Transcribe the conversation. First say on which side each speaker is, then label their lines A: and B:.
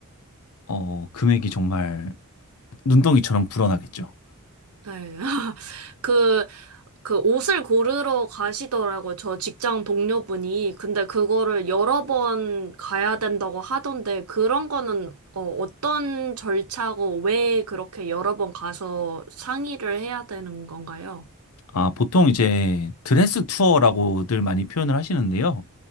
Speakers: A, on the left (about 80°); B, on the right (about 85°).
A: 어, 금액이 정말 눈덩이처럼 불어나겠죠.
B: 네. <laughs> 그, 그 옷을 고르러 가시더라고요. 저 직장 동료분이. 근데 그거를 여러 번 가야 된다고 하던데, 그런 거는 어, 어떤 절차고 왜 그렇게 여러 번 가서 상의를 해야 되는 건가요?
A: 아, 보통 이제 드레스 투어라고들 많이 표현을 하시는데요.